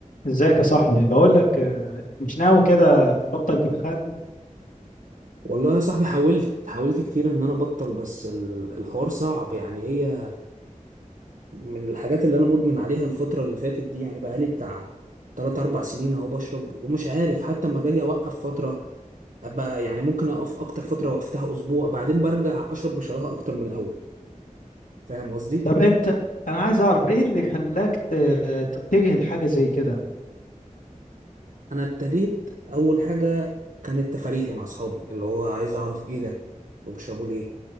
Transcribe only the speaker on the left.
ازيك يا صاحبي بقول لك آه، مش ناوي كده تبطل دخان
طب انت انا عايز اعرف ايه اللي خلاك ت- تتجه لحاجه زي كده